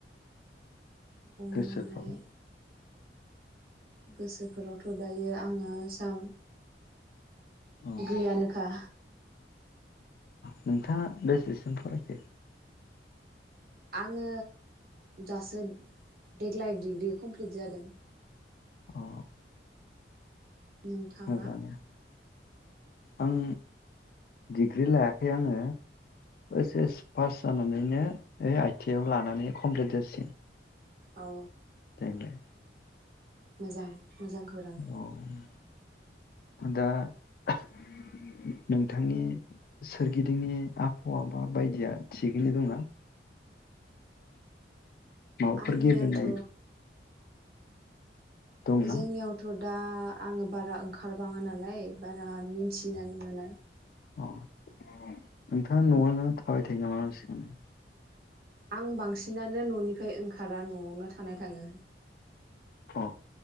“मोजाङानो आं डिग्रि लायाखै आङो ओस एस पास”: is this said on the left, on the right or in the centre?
Left